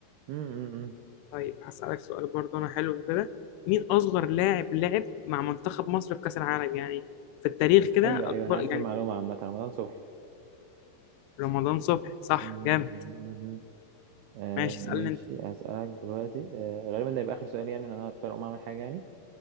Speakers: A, on the right (about 85°); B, on the left (about 85°).
A: امم
B: طيب هسألك سؤال برضه أنا حلو كده مين أصغر لاعب لعب مع منتخب مصر في كأس العالم يعني في التاريخ كده
A: ايوه
B: أكبر
A: ايوه انا عارف
B: يعني
A: المعلومة عامة رمضان صبحي
B: رمضان صبحي صح
A: مم.
B: جامد
A: آه
B: ماشي
A: ماشي
B: اسألني أنت
A: هسألك دلوقتي آه غالبا ده يبقى آخر سؤال يعني لأن أنا هضطر أقوم أعمل حاجة يعني